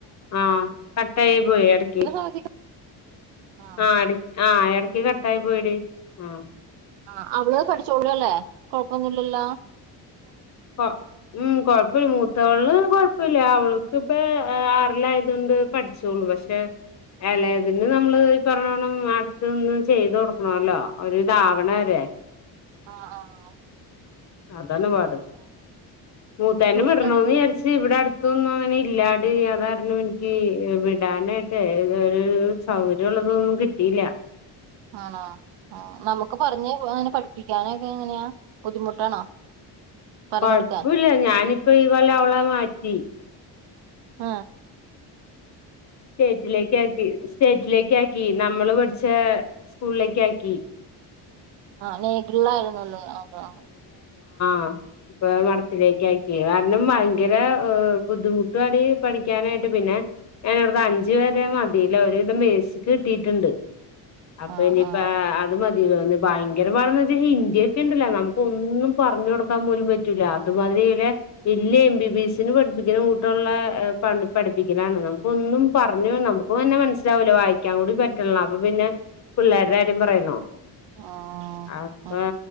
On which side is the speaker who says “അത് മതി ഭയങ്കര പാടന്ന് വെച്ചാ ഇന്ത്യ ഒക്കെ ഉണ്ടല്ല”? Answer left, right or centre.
Left